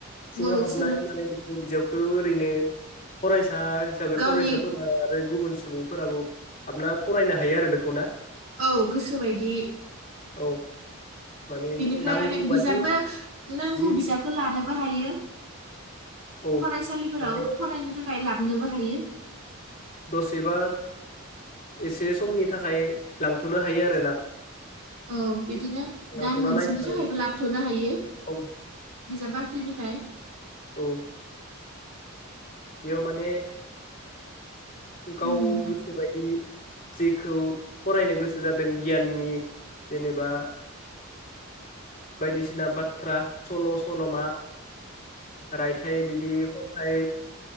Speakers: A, on the left; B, on the right.
A: सिङाव
B: मुलुगसोलों
A: हाबनाय माने बेखौ बिजाबखौ ओरैनो फरायसा सा हिसाबै
B: गावनि
A: फरायसाफोरा आरो गुबुन सुबुंफोराबो हाबना फरायनो हायो आरो बेखौ ना
B: औ गोसोबायदि
A: औ माने
B: फ्राय
A: नांगौ
B: माने बिजाबबो
A: बादि
B: नांगौ
A: जि
B: बिजाबखौ लाना बाहायो
A: औ
B: फरायसालिफोराव
A: माने
B: फरायनो थाखाय फाय लाबनोबो हायो
A: दसेबा एसे समनि थाखाय लांथ'नो हायो आरोना
B: औ बिदिनो
A: लांथ'ना
B: दान मोनसेनि
A: नायथ'नो
B: थाखायबो
A: हायो
B: लाबथ'नो हायो
A: औ
B: बिजाब बाख्रिनिफ्राय
A: औ बेयाव माने गाव
B: उम
A: गोसोबायदि जेखौ फरायनो गोसो जादों गियाननि जेनेबा बायदिसिना बाथ्रा सल' सल'मा रायथाइ बिदि फाय